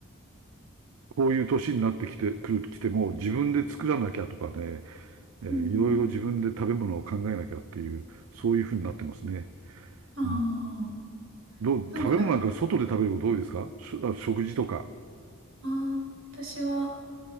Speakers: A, on the right; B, on the right.
A: こういう年になってきて、くる、来ても、自分で作らなきゃとかね、えーいろいろ自分で食べ物を考えなきゃっていう、
B: うん。
A: そういうふうになってますね。
B: あ
A: うん。
B: あ。
A: どう、
B: なんか、
A: 食べ物なんか外で食べること多いですかしあ食事とか。
B: ああー、私は、